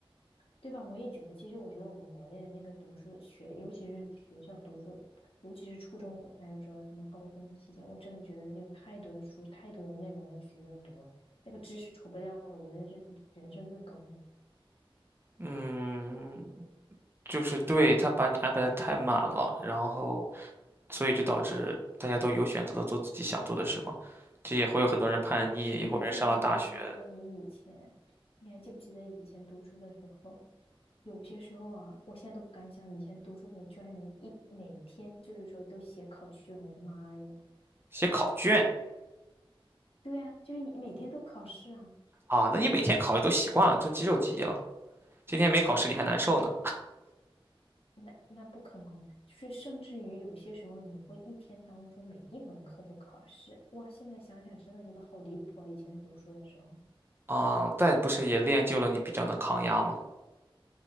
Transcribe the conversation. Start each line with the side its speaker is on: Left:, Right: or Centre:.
Left: 对吧？我也觉得，其实我觉得我们国内的那个读书学，尤其是学校读书，尤其是初中，还有说什么高中期间，我真的觉得有太多的书，太多的内容要学要读了，那个知识储备量，我觉得是人生最高的。
Right: 嗯，就是对他把你安排的太满了，然后所以就导致大家都有选择的做自己想做的事嘛，这也会有很多人叛逆，
Left: 哇，
Right: 也会有人上了大学
Left: 你还记不记得，就是说你以前，你还记不记得以前读书的时候，有些时候啊，我现在都不敢想，以前读书的时候居然能一每天就是说都写考卷，我的妈呀！
Right: 写考卷
Left: 对呀，就是每天都考试啊。
Right: 啊，那你每天考你都习惯了，都肌肉记忆了，今天没考试你还难受呢。
Left: 对呀、那那不可能，就是甚至于有些时候你会一天当中每一门课都考试，哇！现在想想真的觉得好离谱啊，以前读书的时候，
Right: 啊，但不是也练就了你比较能抗压吗？